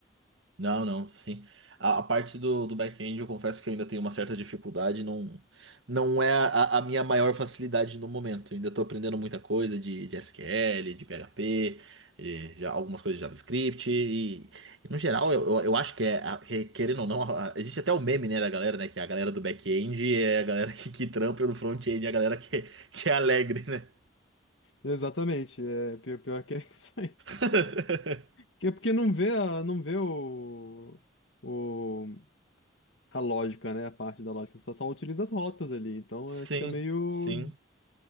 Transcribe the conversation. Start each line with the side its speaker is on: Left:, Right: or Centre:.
Right: Não, não, sim. A, a parte do, do back-end, eu confesso que eu ainda tenho uma certa dificuldade, não, não é a, a minha maior facilidade no momento. Eu ainda estou aprendendo muita coisa de, de SQL, de PHP, de, já, algumas coisas de JavaScript, e, e no geral, eu, eu, eu acho que é, a- que, querendo ou não, a- existe até o meme, né, da galera, né, que a galera do back-end é a galera que, que trampa e o do front-end é a galera que, que é alegre, né?
Left: Exatamente, é pior, pior que é <laughs> isso aí.
Right: <laughs>
Left: Que é porque não vê, a, não vê o, o a lógica, né? A parte da lógica. Só, só utiliza as rotas ali. Então
Right: Sim,
Left: é, fica meio,
Right: sim,